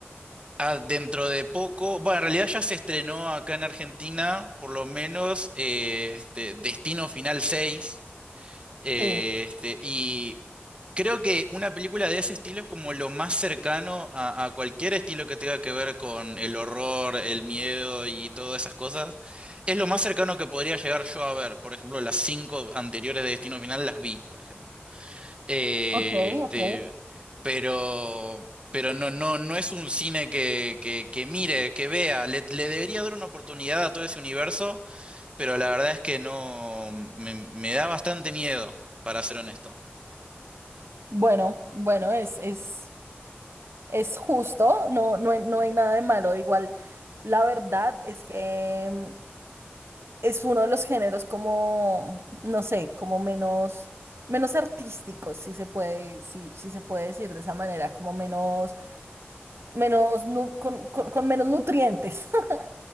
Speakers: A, on the right (about 25°); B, on the right (about 85°).
A: ah, dentro de poco, bueno, en realidad ya se estrenó acá en Argentina, por lo menos, eh, este, Destino Final 6. Eh,
B: Sí,
A: este, y creo que una película de ese estilo es como lo más cercano a, a cualquier estilo que tenga que ver con el horror, el miedo y todas esas cosas. Es lo más cercano que podría llegar yo a ver. Por ejemplo, las cinco anteriores de Destino Final las vi, por ejemplo. Eh,
B: ok,
A: este,
B: ok.
A: pero, pero no, no, no es un cine que, que, que mire, que vea. Le, le debería dar una oportunidad a todo ese universo pero la verdad es que no, me, me da bastante miedo, para ser honesto.
B: Bueno, bueno, es, es, es justo, no, no hay, no hay nada de malo. Igual, la verdad es que es uno de los géneros como, no sé, como menos, menos artísticos, si se puede, si, si se puede decir de esa manera, como menos, menos, nu- con, con- con menos nutrientes. <laughs>